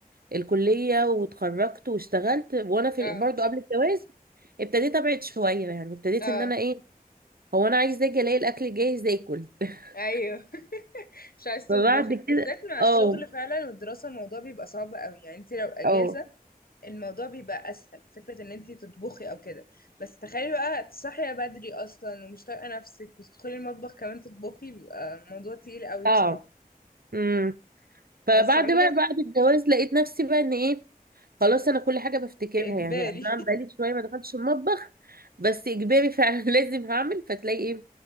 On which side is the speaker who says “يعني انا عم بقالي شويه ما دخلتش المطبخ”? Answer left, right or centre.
Right